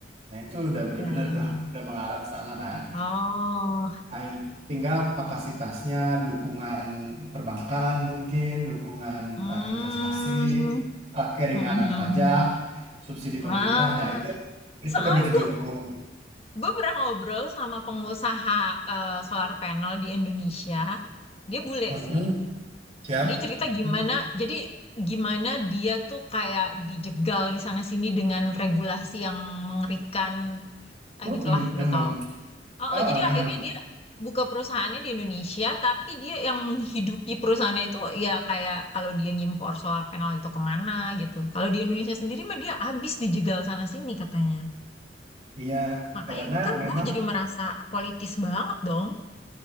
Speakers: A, on the right; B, on the left.
A: Nah itu udah udah
B: ya,
A: bener
B: ya,
A: tuh,
B: ya.
A: udah mengarah ke sana kan
B: Oh,
A: air Tinggal kapasitasnya, dukungan perbankan mungkin, dukungan
B: hmm,
A: eh, investasi, eh, keringanan
B: hmm.
A: pajak, subsidi
B: Ah,
A: pemerintah. Nah, itu itu
B: soalnya
A: perlu didukung.
B: gue gue pernah ngobrol sama pengusaha eh, solar panel di Indonesia. Dia bule
A: Mm-mm,
B: sih.
A: siap.
B: Dia cerita gimana,
A: Mm.
B: jadi gimana dia tuh kayak dijegal di sana sini dengan regulasi yang mengerikan, ah,
A: Mm-mm,
B: gitulah, lu
A: emang.
B: tahu. Oh,
A: Ah,
B: oh, jadi
A: ah,
B: akhirnya
A: emang.
B: dia buka perusahaannya di Indonesia, tapi dia yang menghidupi perusahaannya itu ya kayak kalau dia ngimpor solar panel itu kemana gitu. Kalau di Indonesia sendiri mah dia habis dijegal sana sini katanya.
A: Iya,
B: Makanya
A: karena
B: kan
A: memang
B: gue jadi merasa politis banget dong